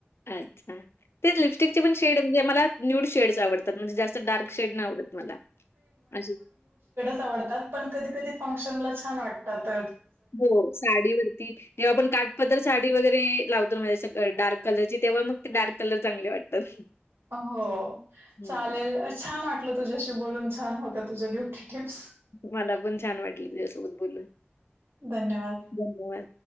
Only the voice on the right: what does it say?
तात पण कधी कधी फंशन ला छ वातात
हो
चालेल छान वाटलं तुझ्याशी बोलून छान होत्या तुझ्या ब्युटी टिप्स
धन्यवाद